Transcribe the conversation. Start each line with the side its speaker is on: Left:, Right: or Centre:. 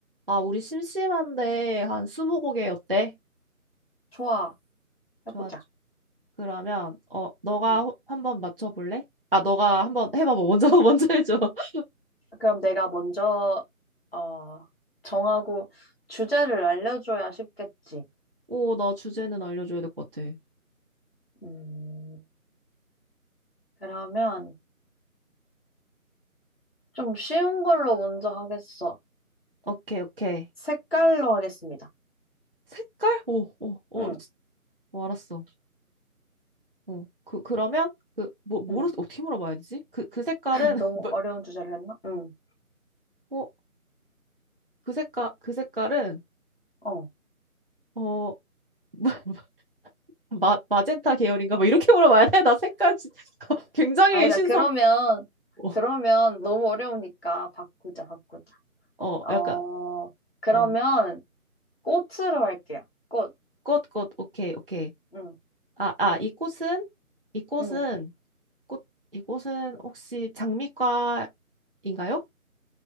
Right: 아, 우리 심심한데 한 스무 곡에 어때?
Left: 좋아,
Right: 좋아.
Left: 해보자.
Right: 그러면 어, 너가
Left: 응.
Right: 호- 한번 맞춰 볼래? 아, 너가 한번 해봐. 봐 먼저 <laughs> 먼저 해줘. <laughs>
Left: 그럼 내가 먼저, 어, 정하고 주제를 알려줘야 쉽겠지.
Right: 오, 나 주제는 알려줘야 될 것 같아.
Left: 음, 그러면 좀 쉬운 걸로 먼저 하겠어.
Right: 오케이, 오케이.
Left: 색깔로 하겠습니다.
Right: 색깔? 오, 오, 오,
Left: 응,
Right: 스- 오, 알았어. 어, 그 그러면 그 뭐 뭐로
Left: 응. <clears throat>
Right: 어떻게 물어봐야 되지? 그 그 색깔은
Left: <laughs>
Right: <laughs>
Left: 너무
Right: 뭐,
Left: 어려운 주제를 했나? 응,
Right: 어, 그 색깔 그 색깔은
Left: 어.
Right: 어, 마, <laughs> 마, 마젠타 계열인가? 뭐 이렇게 물어봐야 돼? 나 색깔 진- <laughs> 굉장히
Left: 아니다.
Right: 신선.
Left: 그러면,
Right: 어,
Left: 그러면 너무 어려우니까 바꾸자, 바꾸자.
Right: 어,
Left: 어,
Right: 약간.
Left: 그러면
Right: 어.
Left: 꽃으로 할게요. 꽃.
Right: 꽃, 꽃, 오케이, 오케이.
Left: 응,
Right: 아, 아, 이 꽃은? 이 꽃은,
Left: 응.
Right: 꽃, 이 꽃은 혹시 장미과인가요?